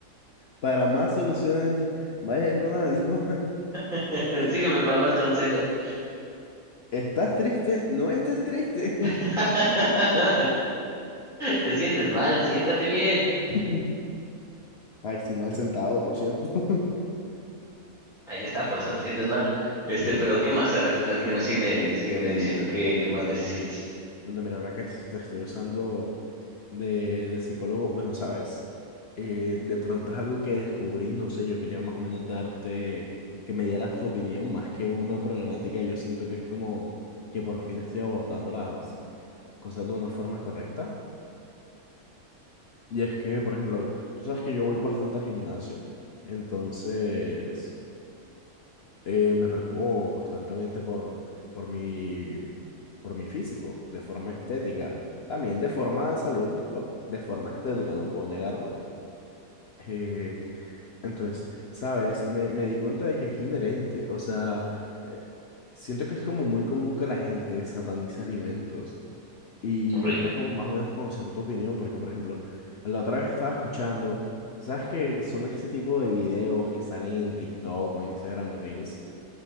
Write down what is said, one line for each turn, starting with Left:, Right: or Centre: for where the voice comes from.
Left: Para más soluciones, vayan con algo
Centre: <laughs>
Left: <laughs>
Centre: Sígueme para más consejos.
Left: ¿Estás triste? No estés triste.
Centre: <laughs> Te sientes mal, siéntate bien.
Left: <laughs> Ay, estoy mal sentado, por cierto. <laughs>
Centre: Ahí está, por eso te sientes mal. Este, pero ¿qué más? A ver, platícame, sígueme, sígueme diciendo qué, qué más necesitas.
Left: Bueno, mira, ahora que te estoy usando de, de psicólogo, bueno, sabes, eh, de pronto es algo que descubrí, no sé, yo quería más o menos darte, que me dieras tu opinión, más que una problemática, yo siento que es como que por fin estoy abordando las cosas de una forma correcta. Y es que, por ejemplo, tú sabes que yo voy bastante al gimnasio, entonces eh, me preocupo constantemente por, por mi, por mi físico, de forma estética, también de forma de salud, pero de forma estética, no puedo negarlo. Eh, entonces, ¿sabes? Me, me di cuenta de que es inherente, o sea, eh, siento que es como muy común que la gente satanice alimentos. Y
Centre: Ok.
Left: yo quería como más o menos conocer tu opinión, porque por ejemplo, la otra vez estaba escuchando, ¿sabes que son este tipo de videos que salen en TikTok o en Instagram Reels?